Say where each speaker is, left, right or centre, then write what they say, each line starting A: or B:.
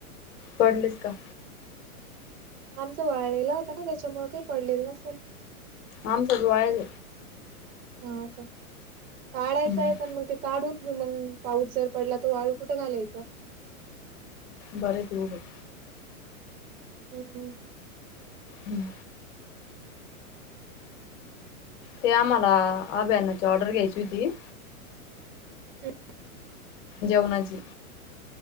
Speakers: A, on the left; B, on the right.
A: पडलेच का?
B: आमचा वाळलेला होता ना त्याच्यामुळे काही पडलेलं नसेल.
A: आमचा तर वाळा हे
B: हा का काढयचंय
A: हम्म.
B: पण मग ते काढून मग पाऊस जर पडला तर वाळू कुठं घालायचं?
A: बरं हाय तें उभं हाय
B: हम्म.
A: हम्म ते आम्हाला अभ्यानाची ऑर्डर घ्यायची होती.
B: <unintelligible>
A: जेवणाची.